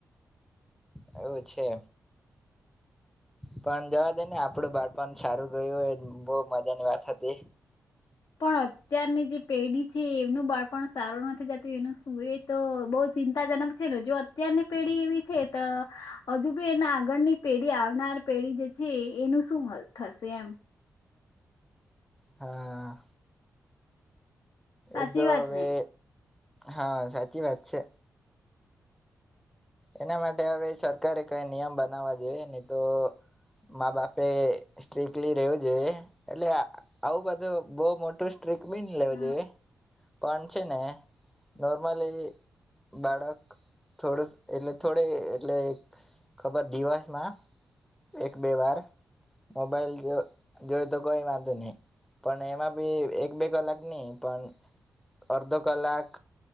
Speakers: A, in the centre; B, on the left.
A: એવું છે. પણ જવા દેને આપડું બાળપણ સારું ગયું એજ બોહ મજા ની વાત હતી.
B: પણ અત્યારની જે પેઢી છે એમનું બાળપણ સારું નથી જતું એનું શું એ તો બહ ચિંતાજનક છે ને જો અત્યારની પેઢી એવી છે તો હજુ બી એના આગળની પેઢી આવનાર પેઢી જે છે એનું શું થશે એમ.
A: હા..
B: સાચી
A: એ તો
B: વાત
A: હવે
B: ને.
A: હા સાચી વાત છે. એના મા હવે સરકારે કઈ નિયમ બનાવવા જઈને તો મા બાપે સ્ટ્રીકલી રેવું જોઈએ એટલે આવું બધું બહુ મોટું સ્ટ્રીક બી ની રેવું
B: હા
A: જોઈએ, પણ છે ને નોર્મલી બાળક થોડું એટલે થોડે એટલે ખબર દીવસ માં એક બે વાર મોબાઈલ જો જોય તો કોઈ વાંધો ની પણ એમાં બી એક બે કલાક ની, પણ અડધો કલાક